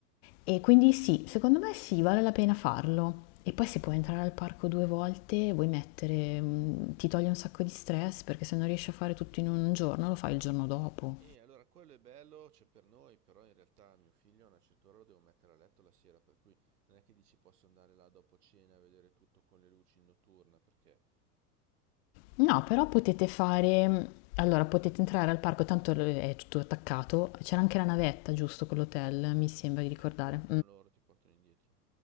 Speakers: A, on the left; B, on the right.
A: E quindi sì, secondo me sì, vale la pena farlo. E poi se puoi entrare al parco due volte, vuoi mettere, mh, ti toglie un sacco di stress perché se non riesci a fare tutto in un giorno, lo fai il giorno dopo.
B: E allora quello è bello, c'è per noi, però in realtà mio figlio a una certa ora lo devo mettere a letto la sera, per cui non è che dici posso andare là dopo cena a vedere tutto con le luci in notturna, perché...
A: No, però potete fare, mm, allora potete entrare al parco, tanto è tutto attaccato, c'era anche la navetta, giusto, con l'hotel, mi sembra
B: Sì, sì,
A: di
B: sì,
A: ricordare.
B: ti portano loro, ti portano indietro.